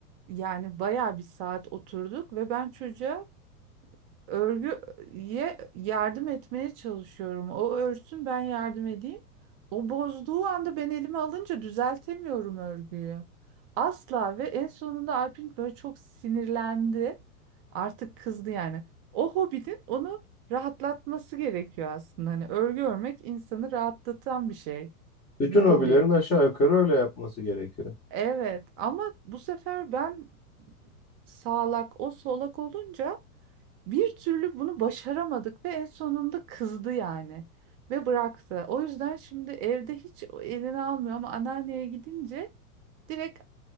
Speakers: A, on the right (about 40°); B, on the left (about 15°).
A: yani bayağı bir saat oturduk ve ben çocuğa örgüye yardım etmeye çalışıyorum. O örsün ben yardım edeyim. O bozduğu anda ben elime alınca düzeltemiyorum örgüyü. Asla ve en sonunda Alpin böyle çok sinirlendi. Artık kızdı yani. O hobinin onu rahatlatması gerekiyor aslında. Hani örgü örmek insanı rahatlatan bir şey.
B: Bütün
A: Bir hobi.
B: hobilerin aşağı yukarı öyle yapması gerekiyor.
A: Evet ama bu sefer ben sağlak o solak olunca bir türlü bunu başaramadık ve en sonunda kızdı yani ve bıraktı. O yüzden şimdi evde hiç elini almıyor ama anneanneye gidince direkt